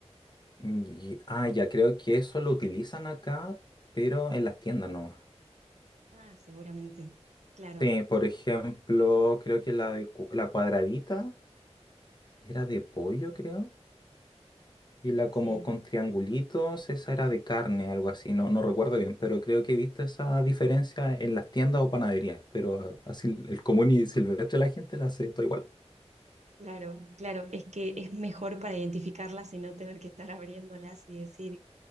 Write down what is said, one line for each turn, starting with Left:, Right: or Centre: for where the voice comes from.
Left: Y- ah, ya creo que eso lo utilizan acá, pero en las tiendas nomás.
Right: Ah, seguramente. Claro,
Left: Sí, por ejemplo, creo que la, de cu- la cuadradita era de pollo, creo. Y la
Right: sí,
Left: como con triangulitos, esa era de carne, algo así. No, no recuerdo bien, pero creo que he visto esa diferencia en las tiendas o panaderías. Pero a- así el común y silvestre la gente la hace todo igual.
Right: claro, claro. Es que es mejor para identificarlas y no tener que estar abriéndolas y decir,